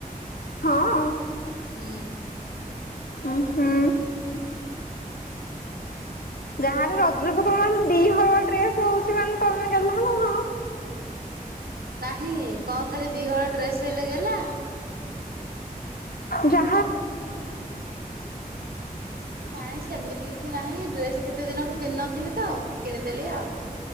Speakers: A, on the left; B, on the right.
A: ହଁ।
B: ହୁଁ।
A: ଉଁ ହୁଁ। ଯାହାହେଲେ ରଜକୁ ତମର ଦିହଳ ଡ୍ରେସ୍ ହଉଚି ମାନେ ତମେ ଗେହ୍ଲା ନୁହଁ।
B: ନାହିଁ କଁ ଖାଲି ଦିହଳ ଡ୍ରେସ୍ ହେଲେ ଗେହ୍ଲା।
A: ଯା
B: ନାଇଁ ସେମିତି କିଛି ନାହିଁ ଡ୍ରେସ୍ କେ କେତେ ଦିନଠୁ କିିନଥିଲିତ କିଣିଦେଲି ଆଉ।